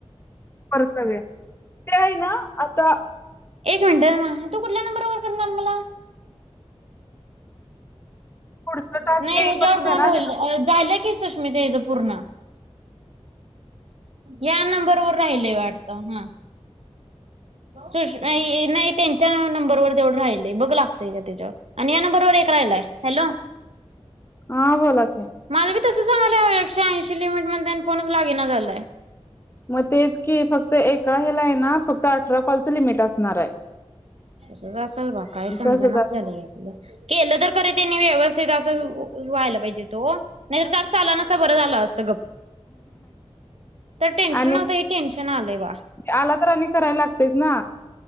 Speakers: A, on the left (about 20°); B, on the right (about 70°).
A: परत रावया ते आहे ना आता
B: एक मिनटं म तू कुठल्या नंबर वर करणार मला
A: पुढचा टास्क
B: नाही हच्यावर
A: येईपर्यंत
B: दोन
A: आहे ना
B: राहिले
A: ते.
B: झालं की सुष्मच हं पूर्ण या नंबर वर राहिलय वाटत हा
A: <unintelligible>
B: सुष नाही त्यांच्या नंबरवर तेवढं राहिलय बघ लागतंय का त्याच्यावर आणि या नंबरवरर एक राहिलाय हॅलो
A: हा बोला की
B: माझ बी तस सांगलंश ऐंशी लिमिट म्हण फोणच लागे ना झालंय
A: मग तेच की फक्त एका हे ला आहे ना फक्त अठरा कॉलचं लिमिट असणार आहे
B: तसच असाल बा काय समजणच
A: तसच
B: झालं यातलं केलं तर करीी त्यांनी व्यवस्थित असं व्हायला पाहिजे तो नाही तर ताकस आला नसता बरं झालं असतं गप् तर टेन्शन
A: आणि
B: नवत ह टेन्शन आलंय बा
A: आला तर आणि करायला लागतेच ना